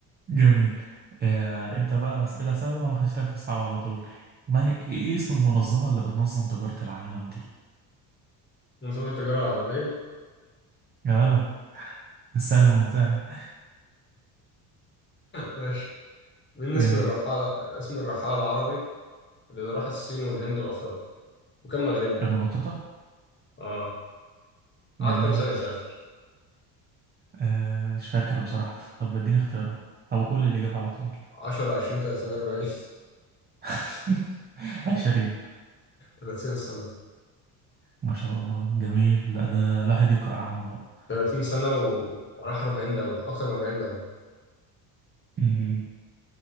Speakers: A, on the right; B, on the left.
A: جميل آه انت بقى اسئله سهله وانا هخش لك في الصعب على طول ما هي ايه إيه اسم المنظمه اللي بتنظم تجاره العالم دي
B: منظومة التجارة العالمية
A: يا ولا السهل الممتع ده.
B: ماشي مين اسم
A: جميل
B: الرحالة اسم الرحالة العربي اللي راح الصين والهند وأفريقيا وكان مغربي
A: ابن بطوطه
B: اه قعد
A: جميل
B: كام سنة يسافر؟
A: آه مش فاكر بصراحه طب اديني اختيارات او قول لي الاجابه على طول
B: 10 20 30 40
A: <laughs> عشرين
B: 30 <laughs> سنة
A: ما شاء الله جميل لا ده الواحد يقرأ عنه بقى
B: 30 سنة و- وراح 40 دولة أكتر من 40 دولة
A: أمم،